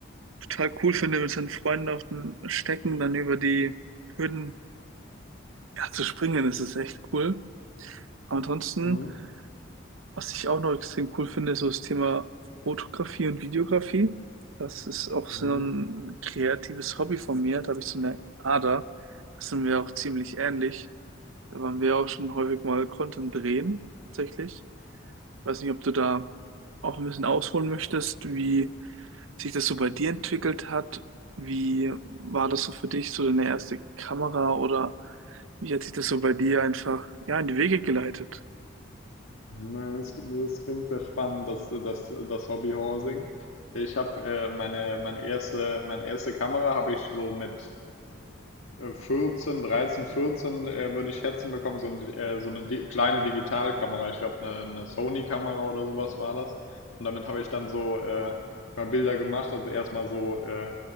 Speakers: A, on the right; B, on the left.
A: total cool finde, mit seinen Freunden auf dem Stecken dann über die Hürden ja, zu springen ist es echt cool. Aber ansonsten,
B: Mhm.
A: was ich auch noch extrem cool finde, ist so das Thema Fotografie und Videografie. Das ist auch so
B: Mhm.
A: ein kreatives Hobby von mir. Da habe ich so eine Ader. Das sind wir auch ziemlich ähnlich. Da waren wir auch schon häufig mal Content drehen, tatsächlich. Ich weiß nicht, ob du da auch ein bisschen ausholen möchtest, wie sich das so bei dir entwickelt hat. Wie war das so für dich, so deine erste Kamera oder wie hat sich das so bei dir einfach ja in die Wege geleitet?
B: Na, Das, das klingt sehr spannend, das, das, das hobby Ich habe äh, meine, meine erste, meine erste Kamera habe ich so mit äh, 14, 13, 14, äh, würde ich schätzen bekommen, so, ein, äh, so eine di kleine Digitalkamera. Ich glaube, eine, eine Sony-Kamera oder sowas war das. Und damit habe ich dann so äh, mal Bilder gemacht, also erstmal so äh,